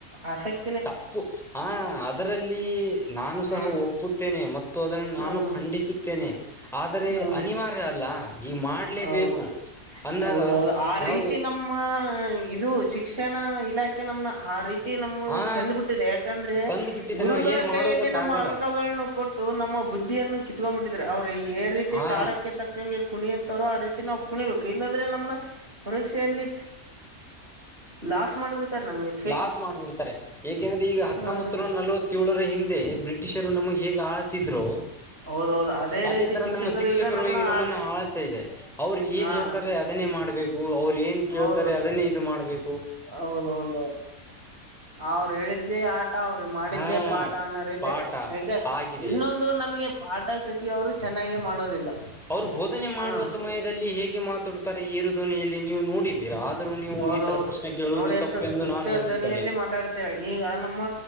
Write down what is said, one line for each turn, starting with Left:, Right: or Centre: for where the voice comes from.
Right: ಆಸಕ್ತಿ. <inaudible>
Centre: ತಪ್ಪು. <inaudible> ಹ ಅದರಲ್ಲಿ ನಾನು
Right: ಹ್ಮ್
Centre: ಸಹ ಒಪ್ಪುತ್ತೇನೆ ಮತ್ತು ಅದನ್ನು ನಾನು
Right: ಹ್ಮ್
Centre: ಖಂಡಿಸು <inaudible> ಹತ್ತೇನೆ ಆದರೆ
Right: ಹ್ಮ್
Centre: ಅನಿವಾರ್ಯ ಅಲ್ಲ. <inaudible> ಈಗ ಮಾಡಲೇಬೇಕು
Right: ಹೌದು
Centre: ಅಂದಾಗ
Right: ಹೌದೌದು ಆ
Centre: ನಾವು
Right: ರೀತಿ
Centre: <inaudible>
Right: ನಮ್ಮ ಇದು ಶಿಕ್ಷಣ ಇಲಾಖೆ ನಮನ ಆ ರೀತಿ <inaudible> ನಮ್ಮ
Centre: ಹಾ
Right: ತಂದ್ಬಿಟ್ಟಿದೆ ಯಾಕಂದ್ರೆ
Centre: ತಂದು ಬಿಟ್ಟಿದ್ದೆ
Right: ಗುರುಗಳ
Centre: ನಾವ್ ಏನ್
Right: ಕೈಯಲ್ಲಿ
Centre: ಮಾಡುವುದಕ್ಕ
Right: ನಮ್ಮ
Centre: ಆಗಲ್ಲ
Right: ಅಂಕಗಳನ್ನು ಕೊಟ್ಟು ನಮ್ಮ ಬುದ್ಧಿಯನ್ನು ಕಿತ್ಕೊಂಡ್ಬಿಟ್ಟಿದ್ರರು ಅವ್ರರು ಇದೆ ರೀತಿ
Centre: ಹಾ
Right: ತಾಳಕ್ಕೆ ತಕ್ಕ ಕ್ಕಂಗೆ ಕುಣಿ ಅಂತಾರಆ ರೀತಿ ನಾವು ಕುಣಿಬೇಕು. ಇಲ್ಲಾಂದ್ರೆ ನಮ್ನ ಪರೀಕ್ಷೆಯಲ್ಲಿ ಲಾಸ್ ಮಾಡಿಬಿಡ್ತಾರೆ ನಮ್ಗೆ.
Centre: ಲಾಸ್ ಮಾಡಿಬಿಡ್ತಾರೆ ಯಾಕೆಂದ್ರೆ ಈಗ ಹತ್ತೊಂಬತ್ತು
Right: ಹ್ಮ್
Centre: ನೂರ ನಲವತ್ತ ಏಳರ ಹಿಂದೆ ಬ್ರಿಟಿಷರು ನಮಗೆ ಹೇಗ್ ಆಳ್ತಿದ್ರು
Right: ಹೌದೌದು
Centre: ಅದೇ
Right: ರೀತಿ
Centre: ತರ ನಮ್ಮ ಶಿಕ್ಷಕರು
Right: ನಮ್ನ
Centre: ಈಗ ನಮ್ಮನ್ನ
Right: ಆ-
Centre: ಆಳ್ತಾ ಇದಾರೆ. ಅವ್ರು ಏನ್
Right: ಹಾ
Centre: ಹೇಳ್ತಾರೆ ಅದನ್ನೇ ಮಾಡ್ಬೇಕು ಅವ್ರು ಏನ್ ಕೇಳ್ತಾರೆ
Right: ಹೌದು
Centre: ಅದನ್ನೇ ಇದು ಮಾಡ್ಬೇಕು‌.
Right: ಹೌದೌದೌದು, ಅವ್ರು ಹೇಳಿದ್ದೇ ಆ ಅವ್ರ ಮಾಡಿದ್ದೇ
Centre: ಹಾ
Right: ಪಾಠ ಅನ್ನೋ ರೀತಿಲಿ
Centre: ಪಾಠ ಆಗಿದೆ
Right: ಇನ್ನೊಂದು ಇದು ನಮಗೆ ಪಾಠ ಸತಿ ಅವರು ಚೆನ್ನಾಗಾಗಿ ಮಾಡೋದಿಲ್ಲ.
Centre: ಅವರು ಬೋಧನೆ ಮಾಡುವ
Right: ಹಾ
Centre: ಸಮಯದಲ್ಲಿ ಹೇಗೆ ಮಾತನಾಡು ತರ ಏರು ದೋನಿಯಲ್ಲಿ ನೀವು ನೋಡಿದ್ದೀರಾ, ಆದರೂ ನೀವು
Right: ಹೌದೌದು
Centre: ಈ ತರ ಪ್ರಶ್ನೆ ಕೇಳುವುದು
Right: ನೋಡಿ ಎಷ್ಟು
Centre: ತಪ್ಪು ಎಂದು
Right: ತುಚ್ಛ
Centre: ನಾನು ಹೇಳುತ್ತೇನೆ.
Right: ಧ್ವನಿಯಲ್ಲಿ ಮಾತಾಡ್ತೀರ ಈಗ ನಮ್ಮ